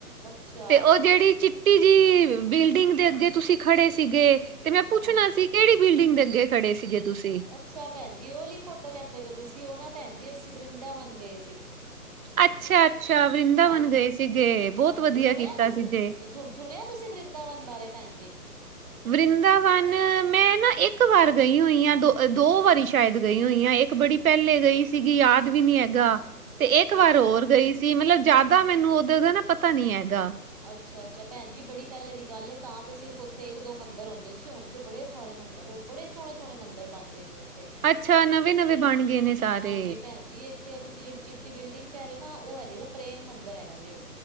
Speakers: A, on the right; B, on the right.
A: ਅੱਛਾ
B: ਤੇ ਉਹ ਜਿਹੜੀ ਚਿੱਟੀ ਜਿ, ਬਿਲਡਿੰਗ ਦੇ ਅੱਗੇ ਤੁਸੀਂ ਖੜੇ ਸੀਗੇ ਤੇ ਮੈਂ ਪੁੱਛਣਾ
A: ਹਾਂ
B: ਸੀ ਕਿਹੜੀ ਬਿਲਡਿੰਗ ਦੇ ਅੱਗੇ ਖੜੇ ਸੀਗੇ ਤੁਸੀਂ?
A: ਅੱਛਾ ਭੈਣ ਜੀ ਉਹ ਲਈ ਫੋਟੋ ਕਹਿੰਦੇ ਪਏ ਤੁਸੀਂ, ਉਹ ਨਾ ਭੈਣ ਜੀ ਅਸੀਂ ਵਰਿੰਦਾ ਬਣ ਗਏ ਸੀ।
B: ਅੱਛਾ ਅੱਛਾ, ਵਰਿੰਦਾਵਨ
A: ਹਾਂਜੀ
B: ਗਏ ਸੀਗੇ, ਬਹੁਤ
A: ਹਾਂਜੀ
B: ਵਧੀਆ
A: ਸੁਣਿਆ
B: ਕੀਤਾ
A: ਤੁਸੀਂ
B: ਸੀ ਜੇ
A: ਸੁਣਿਆ- ਤੁਸੀਂ ਵਰਿੰਦਾਵਨ ਬਾਰੇ ਭੈਣ ਜੀ?
B: ਵਰਿੰਦਾਵਨ, ਮੈਂ ਨਾ ਇੱਕ ਵਾਰ ਗਈ ਹੋਈ ਹਾਂ, ਦੋ ਦੋ ਵਾਰੀ ਸ਼ਾਇਦ ਗਈ ਹੋਈ ਹਾਂ। ਇੱਕ ਬੜੀ ਪਹਿਲੇ ਗਈ ਸੀਗੀ, ਯਾਦ ਵੀ ਨੀ ਹੈਗਾ। ਤੇ
A: ਅੱਛਾ
B: ਇੱਕ ਵਾਰ
A: ਅੱਛਾ
B: ਹੋਰ ਗਈ ਸੀ, ਮਤਲਬ ਜ਼ਿਆਦਾ ਮੈਨੂੰ ਉੱਧਰ ਦਾ ਨਾ ਪਤਾ ਨੀ ਹੈਗਾ।
A: ਅੱਛਾ ਅੱਛਾ ਭੈਣ ਜੀ, ਬੜੀ ਪਹਿਲੇ ਦੀ ਗੱਲ ਏ ਤਾਂ ਤੇ ਸਿਰਫ ਉੱਥੇ ਇੱਕ ਦੋ ਮੰਦਿਰ ਹੁੰਂਦੇ ਸੀ, ਹੁਣ ਬੜੇ ਸਾਰੇ ਮੰਦਰ, ਹੋਰ ਬੜੇ ਸੋਹ ਸੋਹਣੇ ਮੰਦ ਬਣ ਗਏ ਜੇ ਉੱਥੇ।
B: ਅੱਛਾ, ਨਵੇਂ -ਨਵੇਂ ਬਣ ਗਏ ਨੇ ਸਾਰੇ।
A: ਹਾਂਜੀ ਭੈਣ ਜੀ ਇੱਕ ਤੇ ਤੁਸੀਂ ਜਿਹੜੀ ਚਿੱਟੀ ਬਿਲਡਿੰਗ ਕਹਿ ਰਹੇ ਹੋ ਨਾ, ਉਹ ਹੈਗੇ ਪ੍ਰੇਮ ਮੰਦਿਰ ਹੈਗਾ ਜੇ